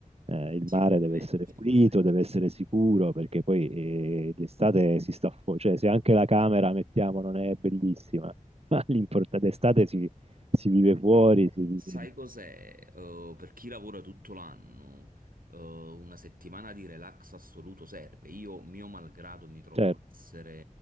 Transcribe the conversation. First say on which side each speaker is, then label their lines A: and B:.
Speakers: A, on the right (about 45°); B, on the right (about 85°).
A: eh, il
B: sicuramente,
A: mare deve essere
B: sicuramente.
A: pulito, deve essere sicuro, perché poi eh, di estate si sta fuori, cioè se anche la camera, mettiamo, non è bellissima, <laughs> ma l'importante d'estate si si vive fuori,
B: Però
A: si vive...
B: sai cos'è? Eh, per chi lavora tutto l'anno, eh, una settimana di relax assoluto serve. Io, mio malgrado, mi trovo
A: Certo.
B: a essere,